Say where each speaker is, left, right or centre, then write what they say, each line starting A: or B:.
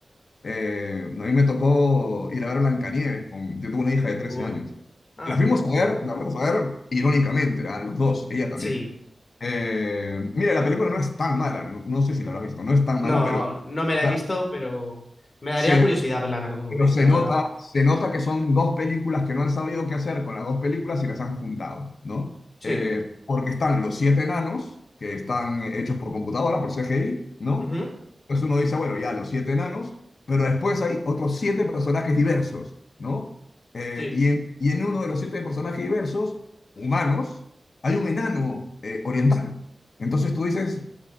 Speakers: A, on the left; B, on the left.
A: Eh, a mí me tocó ir a ver Blancanieves con, yo tuve una hija de trece
B: Uy.
A: años.
B: Ah,
A: La fuimos
B: vale.
A: a ver, la fuimos a ver irónicamente, a los dos, ella también.
B: Sí.
A: Eh, mira, la película no es tan mala, no, no sé si la habrás visto, no es tan
B: No,
A: mala, pero
B: no me la
A: claro,
B: he visto, pero me daría
A: se
B: curiosidad verla en algún momento,
A: pero se
B: la
A: nota,
B: verdad.
A: se nota que son dos películas que no han sabido qué hacer con las dos películas y las han juntado, ¿no?
B: Sí.
A: Eh, porque están los siete enanos, que están hechos por computadora, por CGI, ¿no?
B: Ujú,
A: Entonces uno dice, bueno, ya los siete enanos, pero después hay otros siete personajes diversos, ¿no? Eh,
B: Sí.
A: y en, y en uno de los siete personajes diversos, humanos, hay un enano eh, oriental. Entonces tú dices,